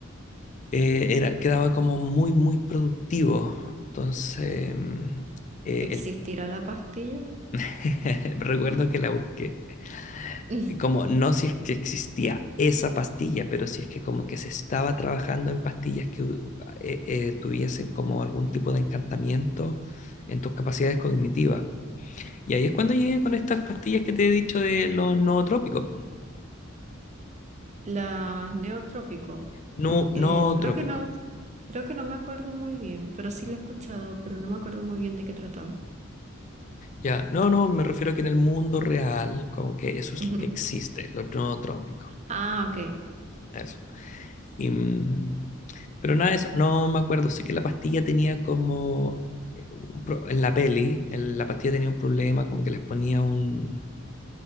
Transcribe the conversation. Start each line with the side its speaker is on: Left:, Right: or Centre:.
Left: Eh, era, quedaba como muy, muy productivo. Entonces, mm, eh,
Right: ¿Existirá
Left: el-
Right: la pastilla?
Left: <laughs> recuerdo que la busqué.
Right: <laughs>
Left: eh, como no si es que existía esa pastilla, pero si es que como que se estaba trabajando en pastillas que u- ah, eh, eh, tuviesen como algún tipo de encantamiento en tus capacidades cognitivas. Y ahí es cuando llegué con estas pastillas que te he dicho de los nootrópicos.
Right: Las Neotrópicos.
Left: No,
Right: eh,
Left: nootrópicos.
Right: creo que no, creo que no me acuerdo muy bien, pero sí la he escuchado, pero no me acuerdo muy bien de qué trataba.
Left: Ya, no, no, me refiero a que en el mundo real, como que eso es
Right: Ujú.
Left: lo que existe, los nootrópicos.
Right: Ah, ok.
Left: Eso. Y, mm, Pero nada de eso, no me acuerdo. Sí que la pastilla tenía como. eh, un pro- En la peli, en la pastilla tenía un problema, como que les ponía un.